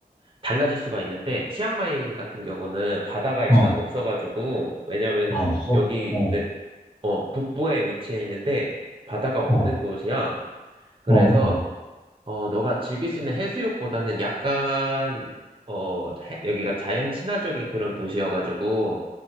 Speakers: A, on the right (about 30°); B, in the centre.
A: 달라질 수가 있는데, 치앙마이 같은 경우는 바다가 일단
B: 어,
A: 없어가지고, 왜냐면은
B: 아 없어.
A: 여기는,
B: 어,
A: 어, 북부에 위치해 있는데, 바다가 없는
B: 어,
A: 곳이야. 그래서,
B: 어, 어.
A: 어, 너가 즐길 수 있는 해수욕보다는 약간, 어, 해- 여기가 자연 친화적인 그런 도시여가지고